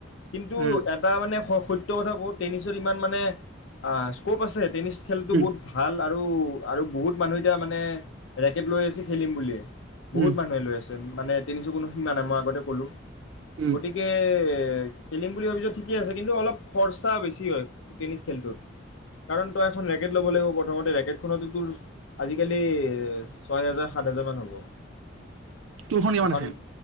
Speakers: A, on the left; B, on the right.
A: কিন্তু
B: উম
A: এটা মানে <unintelligible> এটা ‌কথা ক, টেনিছত ইমান মানে, আ, স্ক'প আছে, ত টেনিছ খেলটো
B: উম
A: বহুত ভাল বাৰু আৰু বহুত মানুহ এতিয়া মানে ৰেকেট লৈ আছে খেলিম বুলিয়ে, বহুত
B: উম
A: মানুহে লৈ আছে। মানে টেনিছৰ কোনো সীমা নাই, মই আগতে ক'লোঁ।
B: উম
A: গতিকে খেলিম বুলি ভাবিছ ঠিকে আছে, কিন্তু অলপ খৰচা বেছি হয়, টেনিছ খেলটোত। কাৰণ তই এখন ৰেকেট ল'ব লাগিব প্ৰথমতে, ৰেকেটখনতো তোৰ, আজিকালি ছয় হেজাৰ, সাত হেজাৰমান হ'ব।
B: তোৰখন কিমান
A: এখন
B: আছিল?